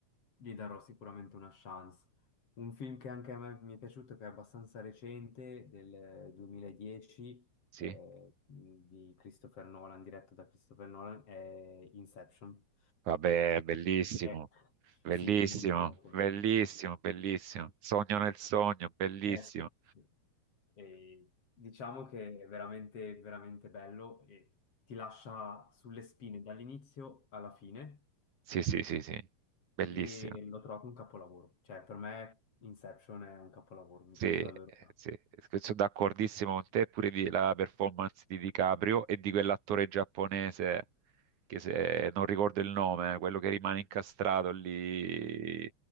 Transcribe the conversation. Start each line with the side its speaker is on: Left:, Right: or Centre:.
Left: gli darò sicuramente una chance. Un film che anche a me mi è piaciuto, che è abbastanza recente, del 2010,
Right: sì.
Left: eh, di Christopher Nolan, diretto da Christopher Nolan, è Inception.
Right: Vabbè, bellissimo,
Left: Eh,
Right: bellissimo,
Left: sì, molto. folklore.
Right: bellissimo, bellissimo. Sogno nel sogno, bellissimo.
Left: Eh, sì. sì. E diciamo che è veramente, veramente bello e ti lascia sulle spine dall'inizio alla fine
Right: Sì, sì, sì, sì, bellissimo.
Left: e l'ho trovato un capolavoro. Cioè, per me Inception è un capolavoro, mi
Right: Sì,
Left: piace davvero tanto.
Right: sì, sono d'accordissimo con te, pure di- la performance di DiCaprio e di quell'attore giapponese che se non ricordo il nome, quello che rimane incastrato lì,